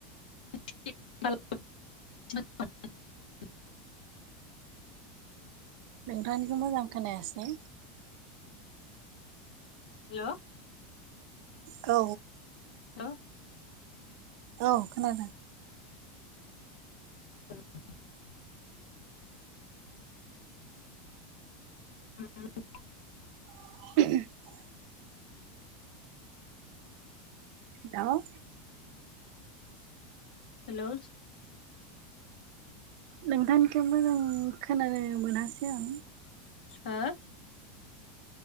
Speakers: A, on the left (about 85°); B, on the right (about 65°).
A: <unintelligible>
B: नोंथांनिखौ मोजां खोनायासै
A: हेलौ
B: औ
A: हेलौ
B: औ खोनादों
A: <unintelligible> <unintelligible>
B: <inaudible> दाव
A: हेल'
B: नोंथांखौ मोजां खोनानो मोनासै आं
A: हो